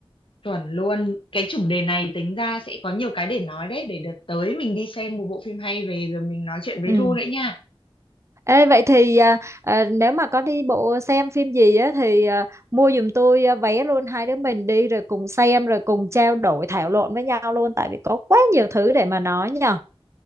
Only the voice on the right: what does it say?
ừ
Ê, vậy thì à, à, nếu mà có đi bộ xem phim gì á thì à, mua giùm tôi à, vé luôn hai đứa mình đi rồi cùng xem rồi cùng trao đổi thảo luận với nhau luôn tại vì có quá nhiều thứ để mà nói nhờ